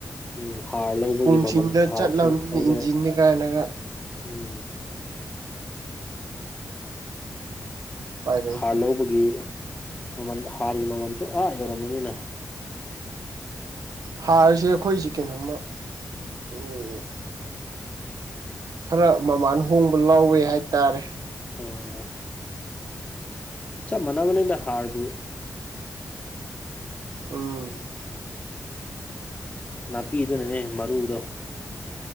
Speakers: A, on the left; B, on the right.
A: ꯎꯝ ꯍꯥꯔ ꯂꯧꯕꯒꯤ
B: ꯄꯨꯡꯁꯤꯡꯗ
A: ꯃꯃꯜ ꯍꯥꯔꯁꯨ
B: ꯆꯠꯂꯕꯅꯤꯅ
A: ꯂꯧꯔꯦ
B: ꯏꯟꯖꯤꯟꯅꯤ ꯀꯥꯏꯅꯒ
A: ꯎꯝ
B: ꯎꯄꯥꯏ ꯂꯩꯇ꯭ꯔꯦ
A: ꯍꯥꯔ ꯂꯧꯕꯒꯤ ꯃꯃꯜ ꯍꯥꯔꯒꯤ ꯃꯃꯜꯁꯨ ꯑꯥ ꯌꯧꯔꯝꯒꯅꯤꯅ
B: ꯍꯥꯔꯁꯦ ꯑꯩꯈꯣꯏꯖꯤ ꯀꯩꯅꯣꯝꯃ ꯎꯝ ꯈꯔ ꯃꯃꯥꯟ ꯍꯣꯡꯕ ꯂꯥꯎꯋꯦ ꯍꯥꯏꯇꯥꯔꯦ
A: ꯆꯤꯡꯕ ꯆꯞ ꯃꯅꯕꯅꯤꯗ ꯍꯥꯔꯕꯨ
B: ꯎꯝ
A: ꯅꯥꯄꯤꯗꯨꯅꯅꯦ ꯃꯔꯨꯗꯣ